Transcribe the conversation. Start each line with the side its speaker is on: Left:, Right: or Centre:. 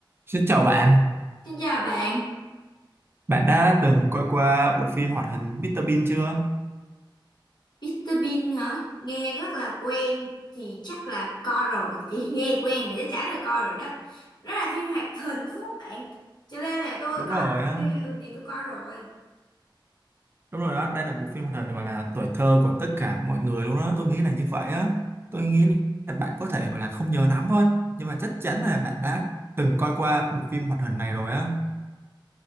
Right: Xin chào bạn,
Left: Xin chào bạn,
Right: bạn đã từng coi qua bộ phim hoạt hình Mr. Bean chưa?
Left: Mr. Bean hả? Nghe rất là quen thì chắc là coi rồi thì <laughs> nghe quen thì chắc chắn là coi rồi đó. Đó là phim hoạt hình đúng không bạn? Cho nên là tôi
Right: Đúng
Left: coi
Right: rồi
Left: rồi,
Right: á,
Left: phim hoạt hình thì tôi coi rồi.
Right: đúng rồi đó, đây là bộ phim hoạt hình gọi là tuổi thơ của tất cả mọi người luôn đó, tôi nghĩ là như vậy á. Tôi nghĩ là bạn có thể gọi là không nhớ lắm thôi, nhưng mà chắc chắn là bạn đã từng coi qua bộ phim hoạt hình này rồi á.